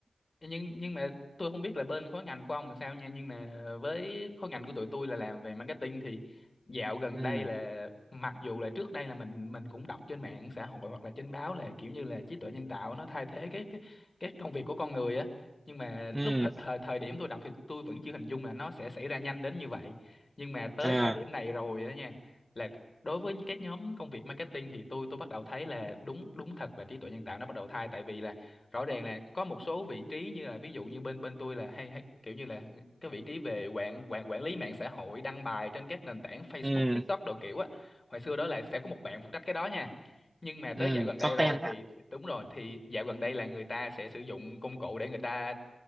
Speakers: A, on the left; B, on the right.
A: nhưng nhưng mà tôi không biết là bên khối ngành của ông là sao nha nhưng mà với khối ngành của tụi tôi là làm về marketing thì dạo gần
B: ừ
A: đây là mặc dù là trước đây là mình mình cũng đọc trên mạng xã hội hoặc là trên báo là kiểu như là trí tuệ nhân tạo nó thay thế cái cái cái công việc của con người á nhưng mà
B: ừ
A: lúc thời, thời thời điểm tôi đọc thì tôi vẫn chưa hình dung là nó sẽ xảy ra nhanh đến như vậy nhưng mà tới
B: à
A: thời điểm này rồi á nha là đối với những cái nhóm công việc marketing thì tôi tôi bắt đầu thấy là đúng đúng thật là trí tuệ nhân tạo nó bắt đầu thay tại vì là rõ ràng là có một số vị trí như là ví dụ như bên bên tôi là hay hay kiểu như là cái vị trí về quản quản quản lý mạng xã hội đăng bài trên các nền tảng Facebook,
B: ừ
A: TikTok đồ kiểu á. Hồi xưa đó là sẽ có một bạn phụ trách cái đó nha. Nhưng mà tới
B: ừ
A: dạo gần đây
B: content
A: rồi
B: á
A: thì đúng rồi thì dạo gần đây là người ta sẽ sử dụng công cụ để người ta